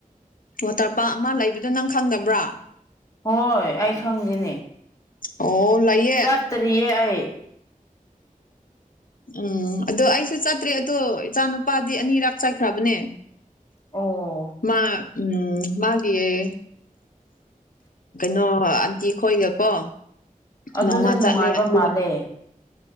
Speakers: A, on the left; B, on the left.
A: ꯋꯥꯇꯔ ꯄꯥ ꯑꯃ ꯂꯩꯕꯗꯣ ꯅꯪ ꯈꯪꯗꯕ꯭ꯔꯣ
B: ꯍꯣꯏ ꯑꯩ ꯈꯪꯗꯦꯅꯦ
A: ꯑꯣ ꯂꯥꯏꯌꯦ
B: ꯆꯠꯇ꯭ꯔꯤꯌꯦ ꯑꯩ
A: ꯎꯝ ꯑꯗꯣ ꯑꯩꯁꯨ ꯆꯠꯇ꯭ꯔꯦ ꯑꯗꯣ ꯏꯆꯥ ꯅꯨꯨꯄꯥꯗꯤ ꯑꯅꯤꯔꯛ ꯆꯠꯈ꯭ꯔꯕꯅꯦ
B: ꯑꯣ
A: ꯃꯥ ꯎꯝ ꯃꯥꯒꯤꯑꯦ ꯅ ꯑꯟꯇꯤ ꯑꯩ ꯈꯣꯏꯒꯀꯣ
B: ꯑꯗꯨꯗ
A: ꯅꯣꯡꯃ
B: ꯅꯨꯡꯉꯥꯏꯕ
A: ꯆꯠꯂꯦ ꯑꯗꯣ
B: ꯃꯥꯜꯂꯦ